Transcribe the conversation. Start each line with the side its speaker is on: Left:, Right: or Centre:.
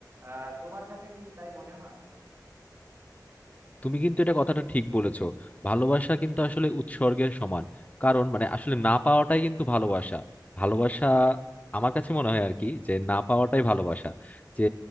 Right: আহ তোমার কাছে কি তাই মনে হয়
Left: তুমি কিন্তু এটা কথাটা ঠিক বলেছো ভালোবাসা কিন্তু আসলে উৎসর্গের সমান কারণ মানে আসলে না পাওয়াটাই কিন্তু ভালোবাসা ভালোবাসা আমার কাছে মনে হয় আর কি যে না পাওয়াটাই ভালোবাসা যে